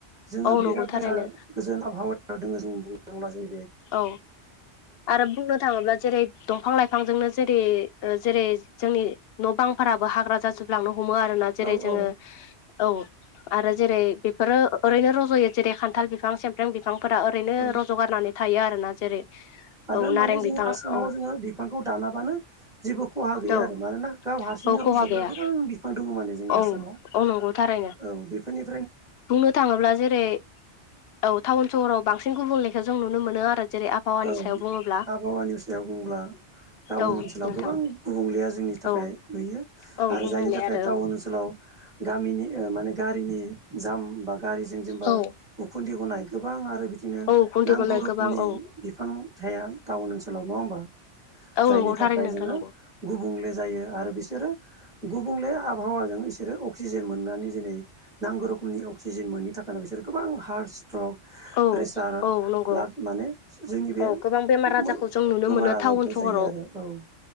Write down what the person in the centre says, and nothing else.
जोङो
बिराद
बारा गोजोन आबहावायाव दोङो जों बुंनो थांब्ला जोङो
औ
औ
औ
आरो
माने जों
आसामाव जोङो बिफांखौ दानाबानो जेबो खहा गैया
आरो मानोना गाव हार सिंनो
रज'ग्रा
गोबां बिफां दङ माने जोंनि
आसामाव
औ बेफोरनि
औ
आबहावानि सायाव बुंब्ला टाउन
ओनसोलाव
गोबां गुबुंलेया जोंनि थाखाय
नुयो
आरो
जायनि थाखाय
टाउन ओनसोलाव गामिनि ओ माने गारिनि जाम बा गारिजों जेनेबा
उखुन्दै गनाय गोबां आरो बिदिनो
नांगौ
रोखोमनि
बिफां थाया टाउन ओनसोलाव नङा होमबा
जायनि
थाखाय
जोङो
गुबुंले जायो आरो बिसोरो गुबुंले आबहावाजों इसोरो अक्सिजेन मोननानै जेरै नांगौ रोखमनि अ क्सिजेन मोननि थाखायनो बिसोरो गोबां हार्ट स्ट्रक
प्रेसार
ब्लाड माने जोंनि बे
<unintelligible>
बेमार
आजारखौ
जायो आरो औ